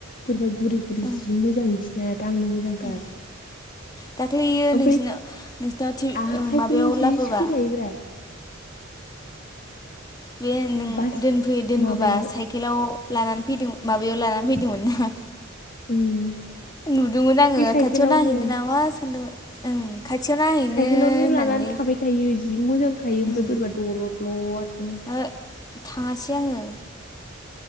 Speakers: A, on the left (about 45°); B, on the left (about 20°).
A: बोरैबा गुरै गुरै
B: उम
A: जि मोजां इसिना दांनो मोजांथार।
B: उम दाख्लैयो
A: ओमफ्राय
B: नोंसिनाव नोंसिनाव थि
A: आखाइखौल'
B: ओ माबायाव
A: जि
B: लाबोबा
A: सोलायोब्रा
B: बे नों
A: बास
B: दोनफै दोनबोबा
A: माबायाव
B: साइकेलाव लानानै फैदों माबायाव लानानै फैदोंमोन ना
A: उम।
B: नुदोंमोन आङो
A: बे साइकेलावनो
B: खाथियाव नायहैनो नामा सानदोंमोन ओं खाथियाव नायहैनो
A: साइकेलावनो
B: होननानै
A: लानानै थाबाय थायो जि मोजां थायो ओमफ्राय
B: उम
A: बोरैबा दलद-लदनो।
B: ओहो थाङासै आङो।